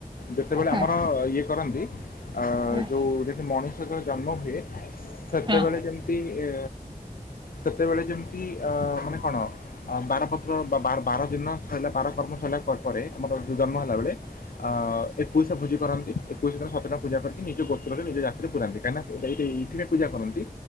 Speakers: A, on the left; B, on the right.
A: ଯେତେବେଳେ
B: ହଁ
A: ଆମର ଇଏ କରନ୍ତି। ଆ
B: ହଁ
A: ଯୋଉଁ ଦେଖି ମଣିଷ ଯେତେ ବେଳେ ଜନ୍ମ ହୁଏ। ସେତେବେଳେ
B: ହଁ
A: ଯେମିତି ଏ। ସେତେବେଳେ ଯେମିତି ଅ ମାନେ କଣ ବାରପତ୍ର ବା ବାର ଦିନ। ସଇଲା ବାର କର୍ମ ସଇଲା ପରେ ଆମର ଜନ୍ମ ହେଲା ବେଳେ। ଆ ଏକୋଇଶା ଭୋଜି କରନ୍ତି ଏକୋଇଶ ଦିନ ସାତ ଟା ପୂଜା କରିକି ନିଜ ଗୋତ୍ରରେ ନିଜ ଜାତିରେ ପୁରାନ୍ତି କାହିଁକି ନା। ଏଟା ଏ ଏଇଥିପାଇଁ ପୂଜା କରନ୍ତି